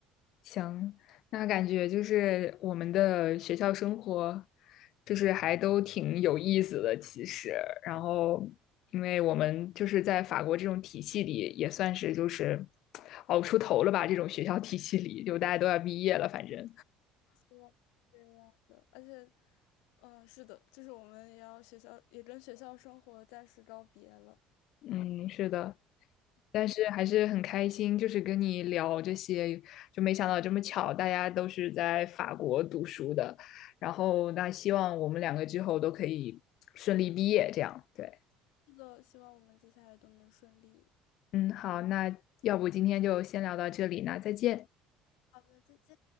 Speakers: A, on the left; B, on the left.
A: 行。那感觉就是我们的学校生活，就是还都挺有意思的，其实。然后，因为我们就是在法国这种体系里，也算是就是 <tsk> 熬出头了吧。这种学校体系里，就大家都要毕业了，反正。
B: 希望是这样的，而且，嗯，是的，就是我们也要学校也跟学校生活暂时告别了。
A: 嗯，是的，但是还是很开心，就是跟你聊这些，就没想到这么巧，大家都是在法国读书的，然后那希望我们两个之后都可以顺利毕业，这样，对，
B: 是的，希望我们接下来都能顺利。
A: 嗯，好，那要不今天就先聊到这里，那再见。
B: 好的，再见。